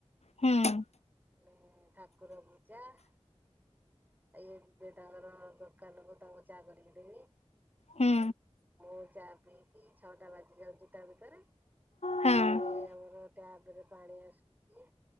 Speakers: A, on the left (about 75°); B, on the right (about 15°).
A: ହୁଁ
B: ଫୁଣି ଠାକୁର ପୂଜା। ଆ ଇଏ ଯିବେ ତାଙ୍କର ଦୋକାନକୁ ତାଙ୍କୁ ଚା କରିକି ଦେମି।
A: ହୁଁ
B: ମୁଁ ଚା ପିଇକି ଛଅଟା ବାଜି ଯାଉଚି ତାଭିତରେ
A: ହଁ
B: ଫୁଣି ଆମର ଟ୍ୟାପ୍ ରେ ପାଣି ଆସୁଚି ତା